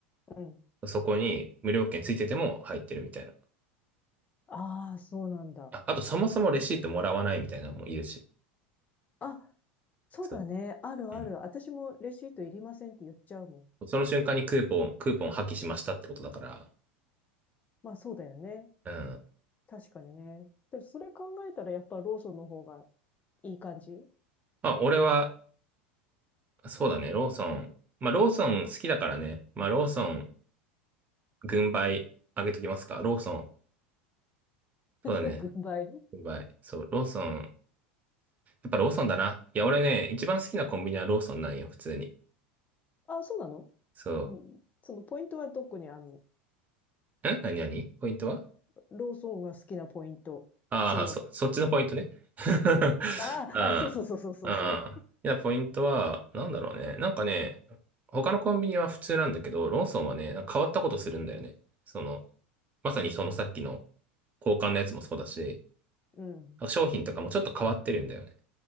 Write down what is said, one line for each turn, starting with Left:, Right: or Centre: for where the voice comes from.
Left: ん。
Right: そこに無料券ついてても入ってるみたいな。
Left: ああ、そうなんだ。
Right: あ、あとそもそもレシートもらわないみたいなのもいるし。
Left: あ、そうだね。
Right: そう。
Left: あるある。
Right: うん。
Left: 私もレシートいりませんって言っちゃうもん。
Right: その瞬間にクーポン、クーポン破棄しましたってことだから、
Left: まあそうだよね。
Right: うん。
Left: 確かにね。でもそれ考えたらやっぱローソンの方がいい感じ
Right: まあ、俺は、そうだね、ローソン。まあ、ローソン好きだからね。まあ、ローソン、軍配あげときますか。ローソン。そうだね。
Left: <laughs> 軍配。
Right: 軍配。そう、ローソン。やっぱローソンだな。いや、俺ね、一番好きなコンビニはローソンなんよ、普通に。
Left: あ、そうなの
Right: そ
Left: うん。そのポイントはどこにあるの
Right: う。ん何何ポイントは
Left: ローソンが好きなポイント。
Right: ああー、
Left: その、
Right: そ、そっちのポイントね。<laughs>
Left: うん。ああ、
Right: ああ、
Left: あ、そうそうそうそうそうそ
Right: いや、ポイントは、なんだろうね。なんかね、他のコンビニは普通なんだけど、ローソンはね、なんか変わったことするんだよね。その、まさにそのさっきの交換のやつもそうだし、
Left: う。うん。
Right: 商品とかもちょっと変わってるんだよね。